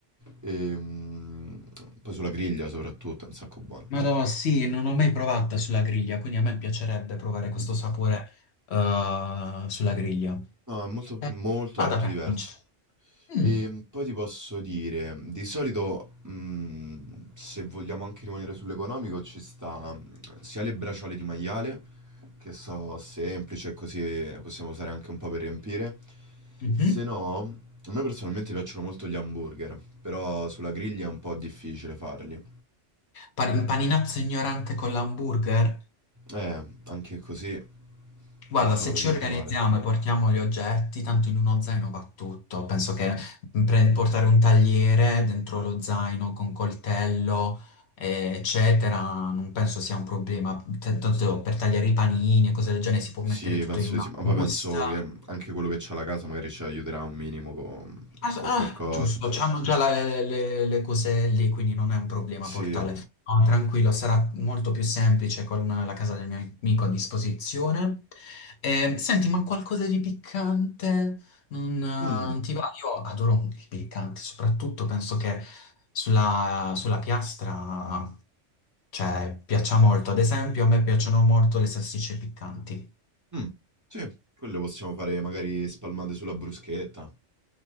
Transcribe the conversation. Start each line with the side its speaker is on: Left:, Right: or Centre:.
Right: E, mm, poi sulla griglia soprattutto è un sacco buona.
Left: Madò, sì, non l'ho mai provata sulla griglia, quindi a me piacerebbe provare questo
Right: Mm,
Left: sapore eh, sulla griglia.
Right: No, è molto,
Left: Eh,
Right: molto,
Left: vada
Right: molto
Left: per
Right: diverso.
Left: pancia. Mm,
Right: E poi ti posso dire, di solito, mh, se vogliamo anche rimanere sull'economico, ci sta mh, sia le bracciole di maiale, che so semplice, così possiamo usare anche un po' per riempire.
Left: mhm.
Right: Se no, a me personalmente piacciono molto gli hamburger, però sulla griglia è un po' difficile farli.
Left: Pa- un paninazzo ignorante con l'hamburger?
Right: Eh, anche così
Left: Guarda,
Right: non sono
Left: se
Right: per
Left: ci
Right: niente
Left: organizziamo
Right: male.
Left: e portiamo gli oggetti, tanto in uno zaino va tutto. Penso che mm, pre- portare un tagliere dentro lo zaino con coltello, eh, eccetera, non penso sia un problema. T- Tanto per tagliare i panini e cose del genere si può
Right: Sì,
Left: mettere tutto
Right: penso
Left: in una
Right: di sì, ma
Left: busta.
Right: poi penso che anche quello che c'ha la casa magari ci aiuterà un minimo con,
Left: Ah, s-
Right: con
Left: ah,
Right: qualcosa.
Left: giusto, c'hanno già la- le, le- le cose lì, quindi non è un problema
Right: Sì.
Left: portale. No, tranquillo, sarà molto più semplice con la casa del mio amico a disposizione. Ehm, senti, ma qualcosa di piccante non, eh, non
Right: Mm.
Left: ti va? Io adoro un- il piccante, soprattutto penso che sulla, sulla piastra, cioè, piaccia molto. Ad esempio, a me piacciono molto le salsicce piccanti.
Right: Mh, sì, quelle possiamo fare magari spalmate sulla bruschetta.